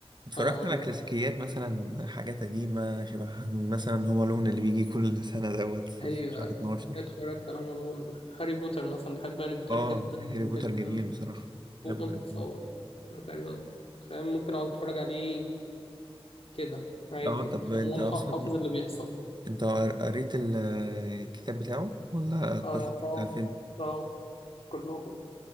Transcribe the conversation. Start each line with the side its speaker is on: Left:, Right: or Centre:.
Right: اتفرجت
Left: آه، أقول
Right: على كلاسيكيات
Left: لك
Right: مثلا حاجات قديمة شبه مثلا هوم الون اللي بيجي كل سنة دوت في
Left: هي
Right: شهر 12
Left: اتفرجت على هوم ألون هاري بوتر مثلا بحب هاري بوتر
Right: اه
Left: جدا
Right: هاري
Left: جدا
Right: بوتر جميل بصراحة
Left: فوق
Right: هاري بوتر
Left: ما تتصور
Right: جميل
Left: أنا تقريبا فاهم ممكن أقعد أتفرج عليه كده عادي
Right: اه طب
Left: خلينا
Right: انت
Left: انا
Right: اصلا
Left: حافظ اللي بيحصل
Right: انت قريت ال- الكتاب بتاعه ولا
Left: اه
Right: بس اتفرجت
Left: اه
Right: على الفيلم؟
Left: اه كلهم